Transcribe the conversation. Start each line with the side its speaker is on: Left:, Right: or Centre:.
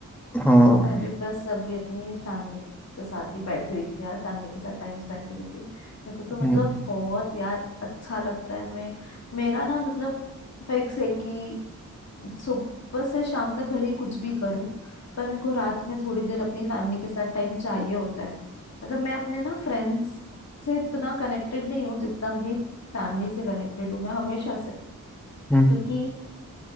Centre: हाँ
Left: मैं भी बस अभी अपनी फैमिली के साथ ही बैठी हुई थी यार फैमिली के साथ टाइम स्पेंड कर रही थी मेरे को तो मतलब
Centre: हम्म
Left: बहुत यार अच्छा लगता है मैं मेरा ना मतलब फिक्स है कि सुबह से शाम तक भले ही कुछ भी करूं पर मेरे को रात में थोड़ी देर अपनी फैमिली के साथ टाइम चाहिए होता है मतलब मैं अपने ना फ्रेंड्स से इतना कनेक्टेड नहीं हूँ जितना अपनी फैमिली से कनेक्टेड हूँ मैं हमेशा से
Centre: हम्म
Left: क्योंकि